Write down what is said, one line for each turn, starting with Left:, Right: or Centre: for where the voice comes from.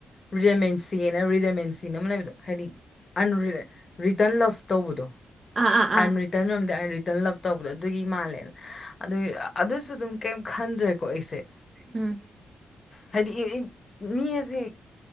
Left: ꯔꯤꯗꯃꯦꯟꯁꯤꯅ ꯔꯤꯗꯃꯦꯟꯁꯤꯅ ꯑꯃ ꯂꯩꯕꯗꯣ ꯍꯥꯏꯗꯤ ꯑꯟꯔꯤꯠ ꯔꯤꯇꯟ ꯂꯞ ꯇꯧꯕꯗꯣ
Right: ꯑꯥ ꯑꯥ
Left: <unintelligible>
Right: ꯑꯥ
Left: ꯇꯟ ꯔꯣꯝꯗꯤ ꯑꯩꯅ ꯔꯤꯇꯔꯟ ꯂꯞ ꯇꯧꯕꯗꯣ ꯑꯗꯨꯒꯤ ꯃꯥꯜꯂꯦꯅ ꯑꯗꯨ ꯑꯗꯨꯁꯨ ꯑꯗꯨꯝ ꯀꯩꯝ ꯈꯟꯗ꯭ꯔꯦꯀꯣ ꯑꯩꯁꯦ
Right: ꯎꯝ
Left: ꯍꯥꯏꯗꯤ ꯏ ꯏ ꯃꯤ ꯑꯖꯦ